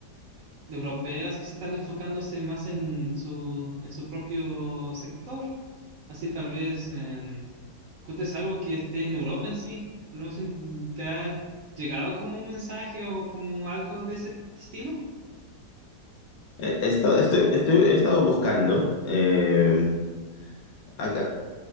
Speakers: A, on the right; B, on the left.
A: de europeas que se están enfocándose más en su, en su propio sector. Así tal vez eh, cuentes algo que esté en Europa en sí. ¿Lo has- ¿Te ha llegado como un mensaje o como algo de ese estilo?
B: Eh, He estado, estoy, estoy- he estado buscando. eh, acá,